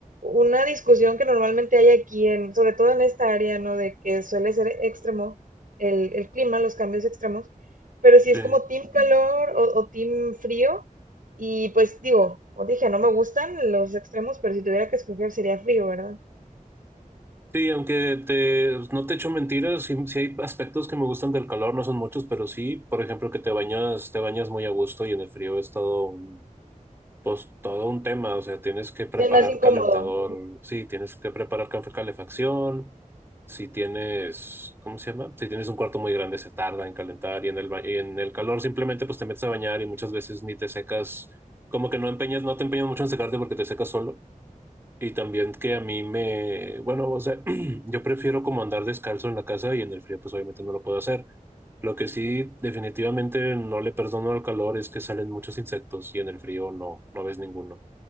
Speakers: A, on the right; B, on the right.
A: una discusión que normalmente hay aquí, en, sobre todo en esta área, ¿no? De que suele ser extremo el, el clima, los cambios extremos. Pero si
B: Sí.
A: es como team calor o, o team frío, y pues digo, como dije, no me gustan los extremos, pero si tuviera que escoger sería frío, ¿verdad?
B: Sí, aunque te, no te echo mentiras, sí, sí hay aspectos que me gustan del calor, no son muchos, pero sí, por ejemplo, que te bañas, te bañas muy a gusto y en el frío es todo Pues todo un tema, o sea, tienes que preparar
A: Sí, Es más incómodo.
B: calentador, sí, tienes que preparar caf- calefacción, si tienes, ¿cómo se llama? Si tienes un cuarto muy grande se tarda en calentar y en el, ba- y en el calor simplemente pues te metes a bañar y muchas veces ni te secas, como que no empeñas, no te empeñas mucho en secarte porque te secas solo. Y también que a mí me, bueno, o sea, <clears throat> yo prefiero como andar descalzo en la casa y en el frío pues obviamente no lo puedo hacer. Lo que sí definitivamente no le perdono al calor es que salen muchos insectos y en el frío no, no ves ninguno.